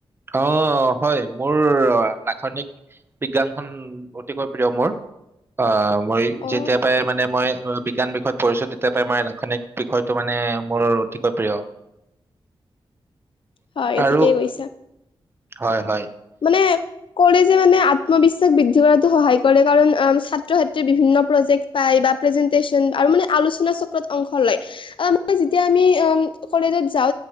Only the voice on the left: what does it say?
অ
হয়,
ঠিকেই কৈছা।
মানে কলেজে মানে আত্মবিশ্বাস বৃদ্ধি কৰাতো সহায় কৰে। কাৰণ ছাত্ৰ-ছাত্ৰীয়ে বিভিন্ন প্ৰজেক্ট পায় বা প্ৰেজেন্। পেজেন্ট টেচন আলোচনা চক্ৰ ত অংশ লয় মই তেতিয়া আমি কলেজত যাওঁ।